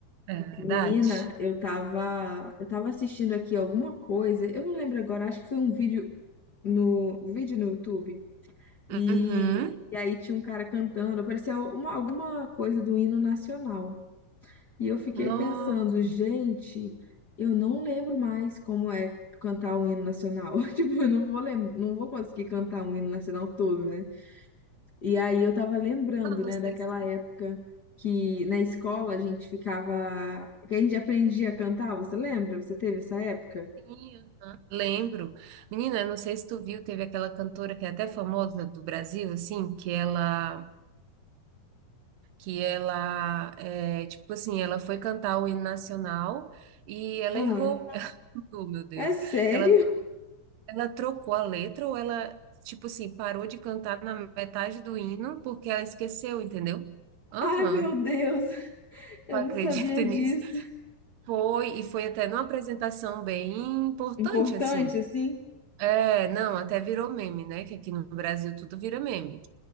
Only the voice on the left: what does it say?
Menina, eu tava, eu tava assistindo aqui alguma coisa, eu não lembro agora, acho que foi um vídeo no, um vídeo no YouTube, e,
e aí tinha um cara cantando, parecia uma- alguma coisa do hino nacional. E eu fiquei
pensando, gente, eu não lembro mais como é cantar o hino nacional. <laughs> Tipo, eu não vou lem não vou conseguir cantar o hino nacional todo, né? E aí eu tava lembrando,
né,
daquela
época que na escola a gente ficava, que a gente aprendia a cantar, você lembra? Você teve essa época?
Ah,
é sério?
Ai, meu Deus, eu
não sabia
disso.
Importante,
assim?